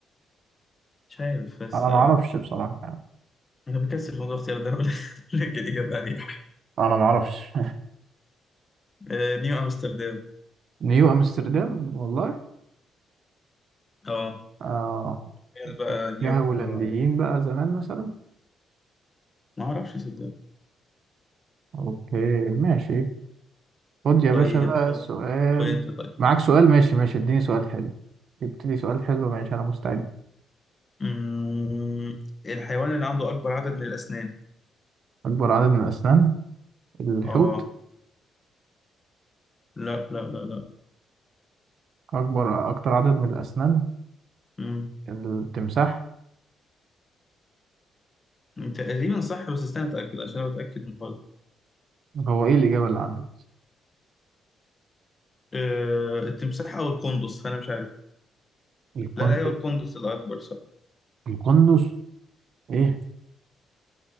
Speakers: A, on the left; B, on the right.
A: مش عارف بس
B: انا
A: آه،
B: ما اعرفش بصراحة يعني.
A: انا بكسل في موضوع الاختيار ده اقول <laughs> لك الاجابه اريح
B: انا ما اعرفش
A: آه، نيو امستردام
B: <laughs> نيو امستردام والله
A: اه
B: اه
A: هي بقى
B: كان
A: نيويورك
B: فيها هولنديين
A: فيما بعد
B: بقى زمان مثلا
A: ما اعرفش صدق
B: اوكي ماشي خد يا
A: طيب
B: باشا بقى
A: خد
B: سؤال
A: قول انت طيب
B: معاك سؤال ماشي ماشي اديني سؤال حلو ابتدي سؤال حلو ماشي انا مستعد
A: مم. الحيوان اللي عنده اكبر عدد من الاسنان
B: اكبر عدد من الاسنان الحوت
A: اه لا لا لا لا
B: اكبر اكتر عدد من الاسنان
A: مم.
B: التمساح
A: تقريبا صح بس استنى اتاكد عشان انا بتاكد من برضه
B: هو ايه الإجابة اللي عنده
A: أه التمساح او القندس فانا مش عارف
B: القندس
A: لا لا هو القندس الاكبر صح
B: القندس ايه